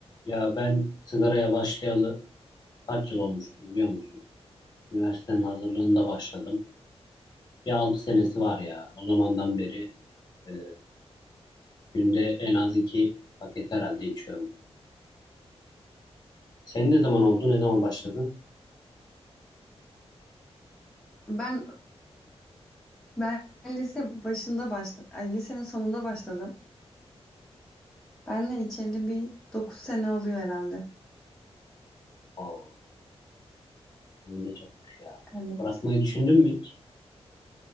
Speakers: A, on the left; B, in the centre.
A: Ya ben sigaraya başlayalı kaç yıl olmuştur biliyor musun? Üniversitenin hazırlığında başladım. Bir 6 senesi var ya. O zamandan beri e, günde en az iki paket herhalde içiyorum. Sen ne zaman oldu? Ne zaman başladın?
B: Tamam. Ben ben lise başında başla, ay, lisenin sonunda başladım. Ben de içeli bir 9 sene oluyor herhalde.
A: Oo, senin de çokmuş ya.
B: Evet.
A: Bırakmayı düşündün mü hiç?